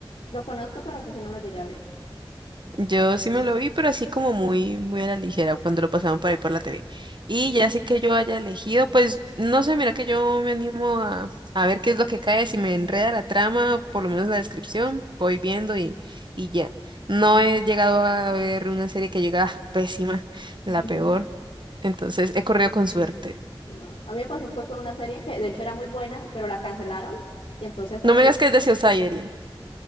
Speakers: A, on the left (about 80°); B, on the right (about 55°).
A: Lo conozco, pero eso sí no lo llegué a ver.
B: Yo sí me lo vi, pero así como muy, muy a la ligera cuando lo pasaban por ahí por la TV. Y
A: Sí.
B: ya sé que yo haya elegido, pues no sé, mira que yo me animo a, a ver qué es lo que cae, si me enreda la trama, por lo menos la descripción, voy viendo y, y ya. No he llegado a ver una serie que llega ah, pésima, la
A: <laughs>
B: peor, entonces he corrido con suerte.
A: No. A mí me pasó fue con una serie que de hecho era muy buena, pero la cancelaron y entonces
B: No
A: el
B: me
A: fin...
B: digas que es de Society.